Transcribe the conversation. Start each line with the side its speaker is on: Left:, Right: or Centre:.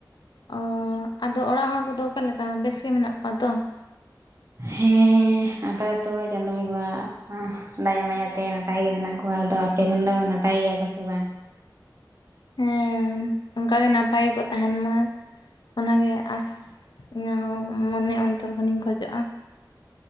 Left: ᱚ ᱟᱫᱚ ᱚᱲᱟᱜ ᱦᱚᱲ ᱠᱚᱫᱚ ᱚᱠᱟᱞᱮᱠᱟ ᱵᱮᱥ ᱜᱮ ᱢᱮᱱᱟᱜ ᱠᱚᱣᱟ ᱛᱚ?
Right: ᱦᱮᱸ ᱟᱯᱟᱛᱚᱛᱚ ᱪᱟᱸᱫᱚ ᱵᱚᱸᱜᱟᱣᱟᱜᱼᱼ ᱫᱟᱭᱟ ᱢᱟᱭᱟ ᱛᱮ ᱱᱟᱯᱟᱭ ᱜᱮ ᱢᱮᱱᱟᱜ ᱠᱚᱣᱟ ᱾ ᱟᱫᱚ ᱟᱯᱮ ᱨᱮᱱ ᱫᱚ ᱱᱟᱯᱟᱭ ᱜᱮᱭᱟ ᱠᱚ ᱥᱮ ᱵᱟᱝ?
Left: ᱦᱮᱸ ᱚᱱᱠᱟ ᱜᱮ ᱱᱟᱯᱟᱭ ᱜᱮᱠᱚ ᱛᱟᱦᱮᱱ ᱢᱟ ᱚᱱᱟᱜ ᱜᱮ ᱟᱸᱥ ᱾ ᱤᱧᱟᱹᱜ ᱦᱚᱸ ᱢᱚᱱᱮ ᱚᱱᱛᱚᱨ ᱠᱷᱚᱱᱤᱧ ᱠᱷᱚᱡᱚᱜᱼᱟ ᱾